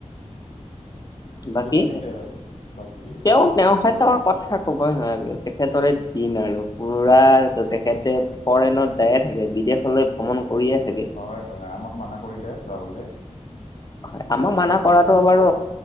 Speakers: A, on the left; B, on the left.
A: বাকী
B: গৈ থাকে তেওঁ আৰু বাকী
A: তেওঁ হেতৰ কথা ক'বই নালাগে তেখেতৰে দিন আৰু পোৰা
B: হয়
A: তেখেতে ফৰেনত যায়ে থাকে বিদেশলৈ ভ্ৰমণ কৰিয়ে থাকে।
B: হয় হয় আমাক মানা কৰিলে যাবলে।
A: হয় আমাক মানা কৰাটো বাৰু